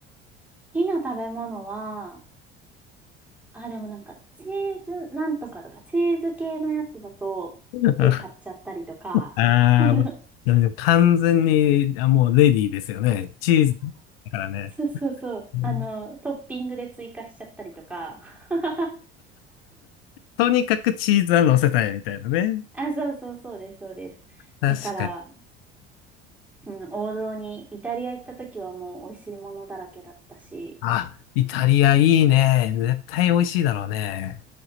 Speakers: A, in the centre; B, on the left (about 65°).
A: きな食べ物は、あ、でもなんかチーズなんとかとか、チーズ系のやつだと、
B: <laughs>
A: つい買っちゃったりとか、
B: ああ、
A: <laughs> あの、
B: もうなんで完全に、あ、もうレディーですよね。チーズだからね。
A: そうそうそう。
B: うん
A: あの、トッピングで追加しちゃったりとか。<laughs>
B: とにかくチーズは乗せたいみたいなね。
A: あ、そうそうそうです、そうです。
B: 確かに。
A: だから、うん、王道に、イタリア行った時はもう美味しいものだらけだったし、
B: あ、イタリアいいね。絶対美味しいだろうね。